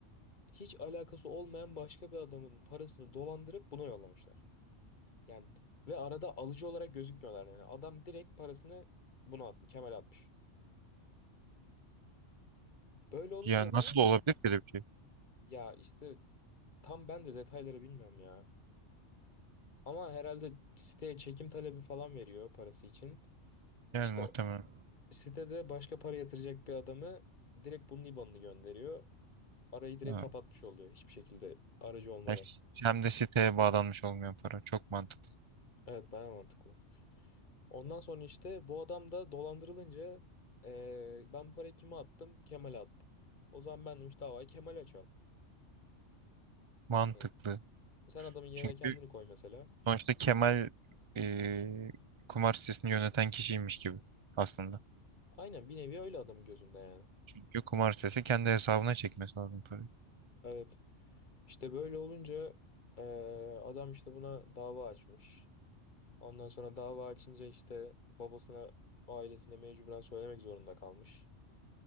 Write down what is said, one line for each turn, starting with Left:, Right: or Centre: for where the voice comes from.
Left: hiç alakası olmayan başka bir adamın parasını dolandırıp buna yollamışlar. Yani ve arada alıcı olarak gözükmüyorlar yani. Adam direkt parasını buna atmış, Kemal atmış. Böyle olunca
Right: Ya
Left: da
Right: nasıl olabilir ki öyle bir şey?
Left: ya işte tam ben de detayları bilmiyorum ya. Ama herhalde siteye çekim talebi falan veriyor parası için.
Right: Yani
Left: İşte
Right: muhtemelen.
Left: o- sitede başka para yatıracak bir adamı direkt bunun IBAN'ını gönderiyor. Arayı direkt
Right: Ha.
Left: kapatmış oluyor hiçbir şekilde aracı olmadan.
Right: Ya s- Hem de siteye bağlanmış olmayan para. Çok mantıklı.
Left: Evet bayağı mantıklı. Ondan sonra işte bu adam da dolandırılınca eee, ben bu parayı kime attım? Kemal'e attım. O zaman ben demiş davayı Kemal'e açarım.
Right: Mantıklı.
Left: Hani sen adamın yerine
Right: Çünkü
Left: kendini koy mesela.
Right: sonuçta Kemal e, kumar sitesini yöneten kişiymiş gibi aslında.
Left: Aynen bir nevi öyle adamın gözünde yani.
Right: Çünkü kumar sitesi kendi hesabına çekmesi lazım parayı.
Left: Evet. İşte böyle olunca eee, adam işte buna dava açmış. Ondan sonra dava açınca işte babasına ailesine mecburen söylemek zorunda kalmış.